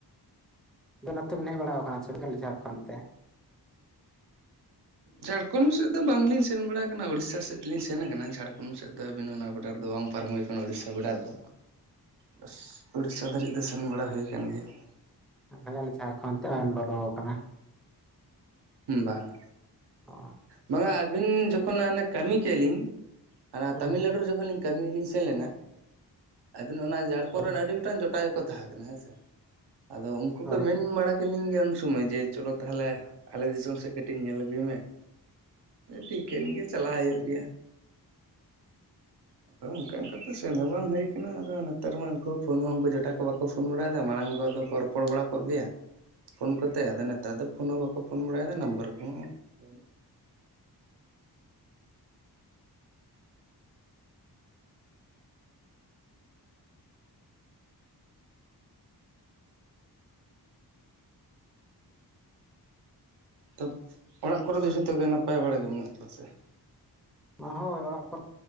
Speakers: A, in the centre; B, on the right (about 80°).
A: ᱦᱸ ᱟᱫᱚ ᱱᱚᱛᱮ ᱵᱮᱱ ᱦᱮᱡ ᱵᱟᱲᱟ ᱟᱠᱟᱱᱟ ᱪᱮ ᱡᱷᱟᱲᱠᱷᱱ ᱛᱮ᱾
B: ᱡᱷᱟᱲᱠᱷᱚᱱᱰ ᱥᱮᱫ ᱫᱚ ᱵᱟᱝᱞᱤᱧ ᱥᱮᱱ ᱵᱟᱲᱟ ᱠᱟᱱᱟ ᱩᱲᱤᱥᱥᱟ ᱥᱮᱫ ᱞᱤᱧ ᱥᱮᱱ ᱟᱠᱟᱱᱟ ᱡᱷᱟᱲᱠᱷᱚᱱᱰ ᱥᱮᱫ ᱫᱚ ᱟᱹᱵᱤᱱ ᱚᱱᱟ ᱵᱟᱰᱟᱨ ᱨᱮ ᱫᱚ ᱵᱟᱝ ᱾ ᱯᱟᱨᱚᱢ ᱦᱩᱭ ᱠᱟᱱᱟ ᱩᱲᱤᱥᱥᱟ ᱵᱚᱰᱟᱨ ᱫᱚ, ᱵᱟᱥ ᱩᱲᱤᱥᱥᱟ ᱫᱷᱟᱹᱨᱤᱡ ᱫᱚ ᱥᱮᱱ ᱵᱟᱲᱟ ᱦᱳᱭ ᱠᱟᱱ ᱜᱮᱭᱟ ᱾
A: ᱟᱫᱟ ᱞᱮ ᱪᱷᱟᱠᱷᱚᱱ ᱛᱮ ᱚᱜᱮᱢ ᱵᱚᱞᱚ ᱠᱟᱱᱟ ᱾
B: ᱩᱢ ᱵᱟ,
A: ᱚ
B: ᱵᱟᱝᱟ ᱟᱹᱵᱤᱱ ᱡᱚᱠᱷᱚᱱ ᱠᱟᱹᱢᱤ ᱠᱮᱫ ᱞᱤᱧ ᱚᱱᱟ
A: ᱦᱩᱸ
B: ᱛᱟᱹᱢᱤᱞᱱᱟᱹᱲᱩ ᱨᱮ ᱡᱚᱠᱷᱚᱱ ᱞᱤᱧᱼᱼ ᱠᱟᱹᱢᱤ ᱞᱤᱧ ᱥᱮᱱ ᱞᱮᱱᱟ ᱟᱹᱵᱤᱱ ᱚᱱᱟ ᱡᱷᱟᱲᱠᱷᱚᱸᱰ
A: ᱦᱳᱭ
B: ᱨᱮᱱ ᱟᱹᱰᱤ ᱜᱚᱴᱟᱝ ᱡᱚᱴ ᱜᱴᱟᱜ ᱜᱮᱠᱚ ᱛᱟᱦᱮᱸ ᱠᱟᱱᱟ ᱦᱮᱸ ᱥᱮ ᱟᱫᱚ ᱩᱱᱠᱩ
A: ᱦᱳᱭ
B: ᱠᱚ ᱢᱮᱱ ᱵᱟᱲᱟ᱾ ᱛᱮᱞᱤᱧ ᱜᱮᱭᱟ ᱩᱱ ᱥᱚᱢᱚᱭ ᱡᱮ ᱪᱚᱞᱚ ᱛᱟᱞᱦᱮ ᱟᱞᱮ ᱫᱤᱥᱚᱢ ᱥᱮᱫ ᱠᱟᱹᱴᱤᱡ ᱧᱮᱞ ᱟᱹᱜᱩᱭ ᱢᱮ ᱾ ᱴᱤᱠᱟᱹᱱ ᱜᱮᱭᱟ ᱪᱟᱞᱟᱣ ᱦᱳᱭᱳᱜ ᱜᱮᱭᱟ ᱟᱫᱚ ᱚᱱᱠᱟ ᱚᱱᱠᱟᱛᱮ ᱥᱮᱱᱚᱜ ᱦᱚᱸ ᱵᱟᱝ ᱦᱳᱭ ᱠᱟᱱᱟ ᱟᱫᱚ ᱱᱮᱛᱟᱨ ᱢᱟ ᱩᱱᱠᱩ ᱯᱷᱳᱱ ᱦᱚᱸᱝ ᱠᱩ ᱡᱚᱴᱟ ᱠᱚ ᱵᱟᱠᱚ ᱯᱷᱳᱱ ᱵᱟᱲᱟᱭᱫᱟ ᱢᱟᱲᱟᱝ ᱠᱚᱫᱚ ᱠᱚ ᱨᱚᱯᱚᱲ ᱵᱟᱲᱟ ᱠᱚᱜ ᱜᱮᱭᱟ ᱾ ᱯᱷᱳᱱ ᱠᱚᱛᱮ ᱟᱫᱚ ᱱᱮᱛᱟᱨ ᱫᱚ ᱯᱷᱳᱱ ᱦᱚᱸ ᱵᱟᱠᱚ ᱯᱷᱳᱱ ᱵᱟᱲᱟᱭᱫᱟ ᱱᱟᱢᱵᱟᱨ ᱠᱚᱦᱚᱸ ᱵᱟᱹᱱᱩᱜ ᱾ ᱛᱚ ᱚᱲᱟᱜ ᱠᱚᱨᱮ ᱫᱚ ᱡᱚᱛᱚᱜᱮ ᱱᱟᱯᱟᱭ ᱵᱟᱲᱟᱜᱮ ᱢᱮᱱᱟᱜ ᱠᱚᱣᱟ ᱥᱮ?
A: ᱚᱸ ᱦᱳᱭ ᱚᱲᱟᱜ ᱠᱚᱨᱮ